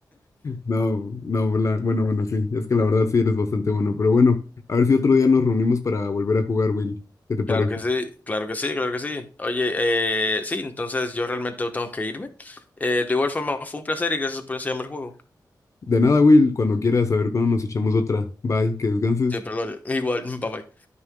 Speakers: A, on the left; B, on the left.
A: No, no, bla- bueno, bueno, sí, es que la verdad sí eres bastante bueno, pero bueno, a ver si otro día nos reunimos para volver a jugar, Will. ¿Qué te parece?
B: Claro que sí, claro que sí, claro que sí. Oye, eh, sí, entonces yo realmente tengo que irme. Eh, de igual forma, fue un placer y gracias por enseñarme el juego.
A: De nada, Will, cuando quieras, a ver cuándo nos echamos otra. Bye, que descanses.
B: Siempre lo haré. Igual, <laughs> bye bye.